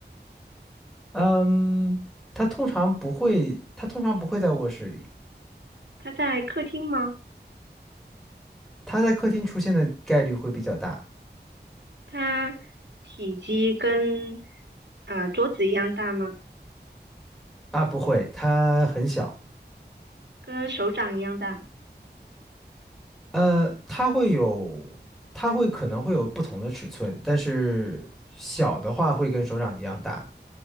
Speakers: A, in the centre; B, on the right.
A: 嗯，它通常不会，它通常不会在卧室里，
B: 它在客厅吗？
A: 它在客厅出现的概率会比较大
B: 它体积跟呃桌子一样大吗？
A: 啊，不会，它很小，
B: 跟手掌一样大。
A: 呃，它会有，它会可能会有不同的尺寸，但是小的话会跟手掌一样大，